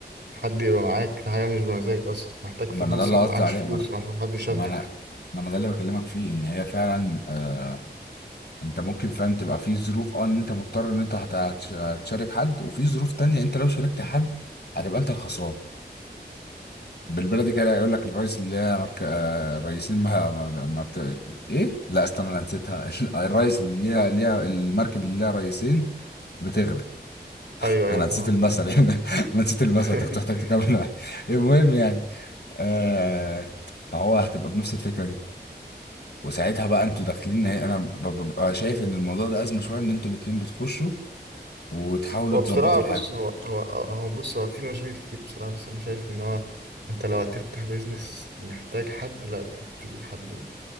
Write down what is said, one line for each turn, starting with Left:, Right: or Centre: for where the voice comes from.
Right: حد يبقى معاك حاجة مش بمزاجك اصلا محتاج
Left: ما
Right: فلوس
Left: انا ده اللي
Right: انت
Left: قصدي
Right: عايش
Left: عليه
Right: فلوس
Left: ما
Right: محتاج حد يشاركك
Left: ما انا ما انا ده اللي بكلمك فيه ان هي فعلا آه انت ممكن فعلا تبقى في ظروف اه ان انت مضطر ان انت هت- هتش- هتشارك حد وفي ظروف تانية انت لو شاركت حد هتبقى انت الخسران بالبلدي كده يقول لك الرئيس اللي هي مرك... آه الرئيسين ما ما, ما بت... ايه لا استنى انا نسيتها <laughs> الرئيس اللي ليها ليها المركب اللي ليها رئيسين بتغرق
Right: ايوه ايوه
Left: انا
Right: فاهم
Left: نسيت المثل <laughs> يعني انا نسيت المثل
Right: <laughs>
Left: انت كنت محتاج تكمل <laughs> معايا. المهم يعني آه فهو هتبقى بنفس الفكرة دي وساعتها بقى انتوا داخلين انا ب- ببقى شايف ان الموضوع ده ازمه شويه ان انتوا الاتنين بتخشوا وتحاولوا
Right: هو
Left: تظبطوا
Right: بصراحة
Left: الحاجه
Right: بص هو هو هو بص هو في مشاكل كتير بصراحة بس انا شايف ان هو انت لو هتفتح بيزنس محتاج حد لا ت- تجيب حد